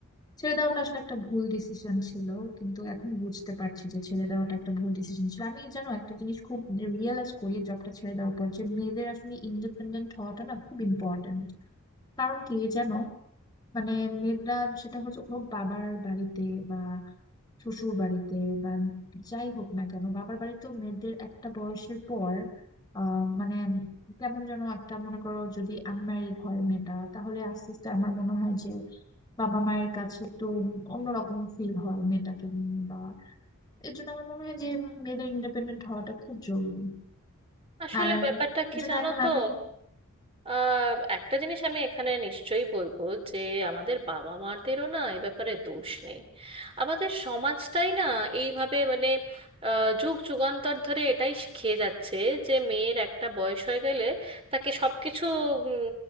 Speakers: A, on the left; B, on the right.
A: ছেড়ে দেওয়াটা আসলে একটা ভুল ডিসিশন ছিল কিন্তু এখন বুঝতে পারছি যে ছেড়ে দেওয়াটা একটা ভুল ডিসিশন ছিল আমি জানো একটা জিনিস খুব রিয়েলাইজ করি জবটা ছেড়ে দেওয়ার পর যে মেয়েদের আসলে ইন্ডিপেন্ডেন্ট হওয়াটা না খুব ইম্পর্টেন্ট কারণ কি জানো মানে মেয়েরা সেটা হচ্ছে হোক বাবার বাড়িতে বা শ্বশুর বাড়িতে বা যাই হোক না কেন বাবার বাড়িতেও মেয়েদের একটা বয়সের পর আহ মানে কেমন যেন একটা মনে করো যদি আনম্যারিড হয় মেয়েটা তাহলে আস্তে আস্তে আমার মনে হয় যে বাবা মায়ের কাছে একটু অন্যরকম ফিল হয় মেয়েটাকে নিয়ে বা এর জন্য আমার মনে হয় যে মেয়েদের ইন্ডিপেন্ডেন্ট হওয়াটা খুব জরুরি
B: আসলে
A: আর
B: ব্যাপারটা কি
A: এর জন্য
B: জানো
A: এখন
B: তো
A: আমি
B: আহ একটা জিনিস আমি এখানে নিশ্চয়ই বলবো যে আমাদের বাবা মাদেরও না এ ব্যাপারে দোষ নেই আমাদের সমাজটাই না এইভাবে মানে আহ, যুগ যুগান্তর ধরে এটাই শিখিয়ে যাচ্ছে যে মেয়ের একটা বয়স হয়ে গেলে তাকে সবকিছু উম,